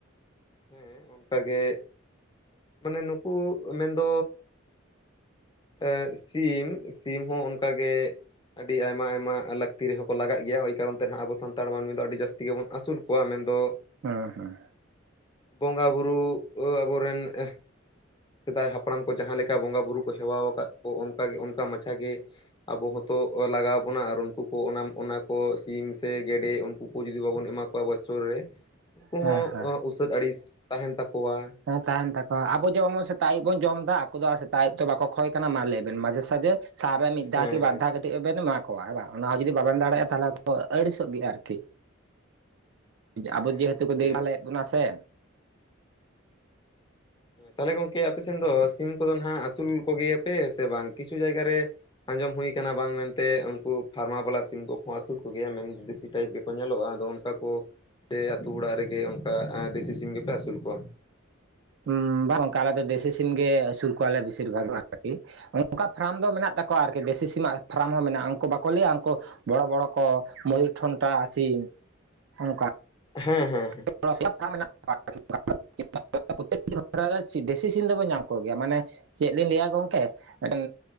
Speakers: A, on the left (about 20°); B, on the right (about 65°).
A: ᱦᱮᱸ ᱚᱱᱠᱟᱜᱮ ᱢᱟᱱᱮ ᱱᱩᱠᱩ ᱢᱮᱱᱫᱚ ᱮ ᱥᱤᱢ, ᱥᱤᱢ ᱦᱚᱸ ᱚᱱᱠᱟᱜᱮ᱾ ᱟᱹᱰᱤ ᱟᱭᱢᱟ ᱟᱭᱢᱟ ᱞᱟᱹᱠᱛᱤ ᱨᱮᱸᱦᱚ ᱠᱚ ᱞᱟᱜᱟᱜ ᱜᱮᱭᱟ ᱚᱭ ᱠᱟᱨᱚᱱ ᱛᱮ ᱱᱟᱦᱟᱜ ᱟᱵᱚ ᱥᱟᱱᱛᱟᱲ ᱢᱟᱹᱱᱢᱤ ᱫᱚ ᱟᱹᱰᱤ ᱡᱟᱹᱥᱛᱤ ᱜᱮᱵᱚᱱ ᱟᱹᱥᱩᱞ ᱠᱚᱣᱟ ᱢᱮᱱᱫᱚ᱾
B: ᱦᱮᱸ ᱦᱮᱸ
A: ᱵᱚᱸᱜᱟ ᱵᱩᱨᱩ ᱟᱵᱚᱨᱮᱱ ᱮᱸ ᱥᱮᱫᱟᱭ ᱦᱟᱯᱲᱟᱢ ᱠᱚ ᱡᱟᱦᱟᱸ ᱞᱮᱠᱟ ᱵᱚᱸᱜᱟᱼ ᱵᱩᱨᱩ ᱠᱚ ᱦᱮᱣᱟ ᱟᱠᱟᱫ ᱠᱚ ᱚᱱᱠᱟᱜᱮ ᱚᱱᱠᱟ ᱢᱟᱪᱷᱟ ᱜᱮ, ᱟᱵᱚ ᱦᱚᱸᱛᱚ ᱞᱟᱜᱟᱣ ᱟᱵᱚᱱᱟ ᱟᱨ ᱩᱱᱠᱩ ᱠᱚ ᱚᱱᱟ ᱚᱱᱟ ᱠᱚ ᱥᱤᱢ ᱥᱮ ᱜᱮᱰᱮ, ᱩᱱᱠᱩ ᱠᱚ ᱡᱩᱫᱤ ᱵᱟᱵᱚᱱ ᱮᱢᱟ ᱠᱚᱣᱟ ᱵᱚᱪᱷᱚᱨ ᱨᱮ ᱩᱱᱠᱩ
B: ᱦᱮᱸ
A: ᱦᱚᱸ
B: ᱦᱮᱸ
A: ᱩᱥᱟᱹᱫ ᱟᱹᱲᱤᱥ ᱛᱟᱦᱮᱸᱱ ᱛᱟᱠᱚᱣᱟ,
B: ᱦᱮᱸ ᱛᱟᱦᱮᱱ ᱛᱟᱠᱚᱣᱟ, ᱟᱵᱚ ᱡᱮᱢᱚᱱ ᱥᱮᱛᱟᱜ ᱟᱹᱭᱩᱵ ᱵᱚᱱ ᱡᱚᱢ ᱮᱫᱟ ᱟᱠᱚ ᱫᱚ ᱥᱮᱛᱟᱜ ᱟᱹᱭᱩᱵ ᱫᱚ ᱵᱟᱠᱚ ᱠᱷᱚᱭ ᱠᱟᱱᱟ ᱢᱟ ᱞᱟᱹᱭᱵᱮᱱ ᱢᱟᱡᱷᱮ ᱥᱟᱡᱷᱮ ᱥᱟᱞ ᱨᱮ ᱢᱤᱫ ᱫᱷᱟᱣ
A: ᱦᱮᱸ
B: ᱠᱤ ᱵᱟᱨ ᱫᱷᱟᱣ ᱠᱟᱛᱮ ᱠᱟᱹᱴᱤᱡ ᱵᱮᱱ ᱮᱢᱟ ᱠᱚᱣᱟ ᱮ ᱵᱟᱝ ᱚᱱᱟ ᱦᱚᱸ ᱡᱩᱫᱤ ᱵᱟᱵᱮᱱ ᱫᱟᱲᱮᱭᱟᱜᱼᱟ ᱛᱟᱦᱚᱞᱮ ᱟᱹᱲᱤᱥᱚᱜ ᱜᱮᱭᱟ ᱟᱹᱨᱠᱤ ᱾ ᱟᱵᱚ
A: ᱦᱮᱸ
B: ᱡᱮᱦᱮᱛᱩ
A: ᱜᱚᱝᱠᱮ
B: ᱠᱚ ᱫᱮᱠ ᱵᱷᱟᱞ ᱮᱫ ᱵᱚᱱᱟ ᱥᱮ,
A: ᱛᱟᱦᱚᱞᱮ ᱜᱚᱝᱠᱮ ᱟᱯᱮ ᱥᱮᱱ ᱫᱚ ᱥᱤᱢ ᱠᱚᱫᱚ ᱱᱟᱦᱟᱜ ᱟᱹᱥᱩᱞ ᱠᱚᱜᱮᱭᱟᱯᱮ ᱥᱮ ᱵᱟᱝ ᱠᱤᱪᱷᱩ ᱡᱟᱭᱜᱟ ᱨᱮ ᱟᱸᱡᱚᱢ ᱦᱩᱭ ᱠᱟᱱᱟ ᱵᱟᱝ ᱢᱮᱱᱛᱮ ᱩᱱᱠᱩ ᱯᱷᱟᱨᱢᱟ ᱵᱟᱞᱟ ᱥᱤᱢ ᱠᱚᱠᱚ ᱟᱹᱥᱩᱞ ᱠᱚᱜᱮᱭᱟ ᱢᱮᱱ ᱫᱮᱥᱤ ᱴᱟᱭᱤᱯ ᱜᱮᱠᱚ ᱧᱮᱞᱚᱜᱼᱟ ᱟᱫᱚ ᱚᱠᱟ ᱥᱮ ᱟᱛᱳ ᱚᱲᱟᱜ ᱨᱮᱜᱮ ᱚᱱᱠᱟ ᱫᱮᱥᱤ ᱥᱤᱢ ᱜᱮᱯᱮ ᱟᱹᱥᱩᱞ ᱠᱚᱣᱟ,
B: ᱦᱩᱸ ᱵᱟᱝ ᱚᱱᱠᱟ ᱟᱞᱮ ᱫᱚ ᱫᱮᱥᱤ ᱥᱤᱢ ᱜᱮ ᱟᱹᱥᱩᱞ ᱠᱚᱣᱟᱞᱮ ᱵᱮᱥᱤᱨ ᱵᱷᱟᱜ ᱟᱹᱨᱠᱤ ᱚᱱᱠᱟ ᱯᱷᱨᱟᱢ ᱫᱚ ᱢᱮᱱᱟᱜ ᱛᱟᱠᱚᱣᱟ ᱟᱹᱨᱠᱤ ᱫᱮᱥᱤ ᱥᱤᱢᱟᱜ ᱯᱷᱨᱟᱢ ᱦᱚᱸ ᱢᱮᱱᱟᱜᱼᱟ ᱩᱱᱠᱩ ᱵᱟᱠᱚ ᱞᱟᱹᱭᱟ ᱩᱱᱠᱩ ᱵᱚᱲᱚ ᱵᱚᱲᱚ ᱠᱚ ᱢᱚᱭᱩᱨ ᱴᱷᱚᱱᱴᱟ ᱥᱤᱢ ᱚᱱᱠᱟ,
A: ᱦᱮᱸ ᱦᱮᱸ ᱦᱮᱸ
B: <unintelligible> ᱫᱮᱥᱤ ᱥᱤᱢ ᱫᱚᱵᱚᱱ ᱧᱟᱢ ᱠᱚᱜᱮᱭᱟ ᱢᱟᱱᱮ ᱪᱮᱫ ᱞᱤᱧ ᱞᱟᱹᱭᱟ ᱜᱚᱢᱠᱮ ᱢᱤᱫᱴᱮᱱ